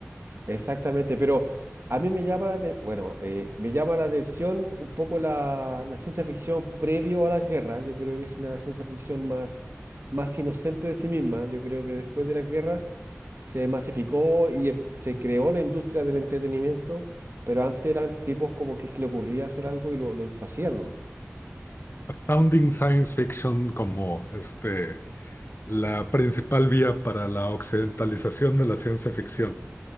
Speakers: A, on the right; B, on the left.
A: Exactamente, pero a mí me llama la, ate- bueno, eh, me llama la atención un poco la, la ciencia ficción previo a la guerra. Yo creo que es una ciencia ficción más, más inocente de sí misma. Yo creo que después de las guerras se masificó y em- se creó la industria del entretenimiento, pero antes eran tipos como que se le ocurría hacer algo y lo, lo- lo hacían nomás.
B: Astounding Science Fiction como este, la principal vía para la occidentalización de la ciencia ficción.